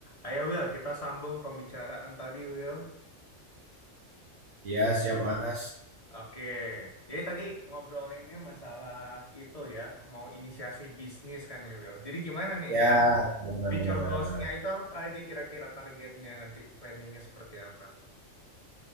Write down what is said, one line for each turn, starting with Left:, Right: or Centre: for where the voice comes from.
Left: Ayo Will, kita sambung pembicaraan tadi Will.
Right: Iya, siap Mas.
Left: Oke, jadi tadi ngobrolinnya masalah itu ya, mau inisiasi bisnis kan ya Will. Jadi gimana nih,
Right: Ya,
Left: uh,
Right: benar
Left: future
Right: benar benar
Left: goals-nya
Right: benar.
Left: itu apa aja kira-kira targetnya nanti planningnya seperti apa?